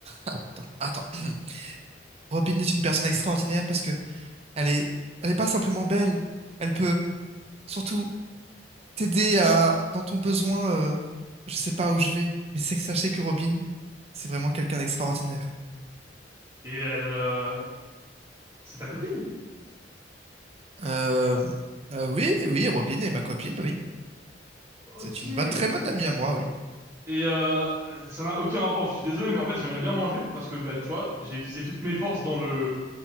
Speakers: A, on the right (about 35°); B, on the right (about 15°).
A: Attends, attends. <clears throat> Robin est une personne extraordinaire parce que elle est, elle est pas simplement belle. Elle peut surtout t'aider à dans ton besoin. euh, je sais pas où je vais, mais c'est que sachez que Robin, c'est vraiment quelqu'un d'extraordinaire.
B: Et elle, euh, c'est ta copine?
A: Euh, euh, oui, oui, Robin est ma copine, oui.
B: Ok.
A: C'est une
B: Et
A: bonne, très bonne amie à moi, oui.
B: euh, ça n'a aucun rapport, je suis désolé, mais en fait, j'aimerais bien manger parce que, bah, tu vois, j'ai utilisé toutes mes forces dans le,